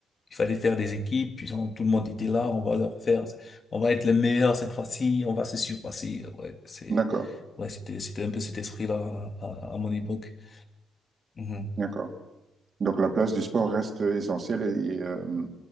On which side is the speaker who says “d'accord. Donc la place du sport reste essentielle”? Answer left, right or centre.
Right